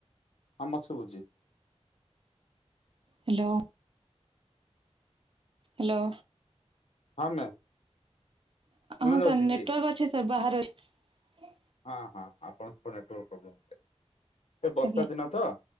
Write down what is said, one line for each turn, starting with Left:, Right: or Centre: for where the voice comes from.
Left: ହଁ ମୋତେ ଶୁଭୁଛି।
Right: ହ୍ୟାଲୋ ହ୍ୟାଲୋ
Left: ହଁ ମ୍ୟାମ୍ ଶୁଣା
Right: ହଁ
Left: ଯାଉଛି
Right: ସାର୍
Left: କି?
Right: ନେଟୱାର୍କ ଅଛି ସାର୍ ବାହାରେ ଅ
Left: ହଁ ହଁ ଆପଣ ସ ନେଟୱର୍କ ପ୍ରୋବ୍ଲେମ୍ ଏ ବର୍ଷା
Right: ଆଜ୍ଞା
Left: ଦିନ ତ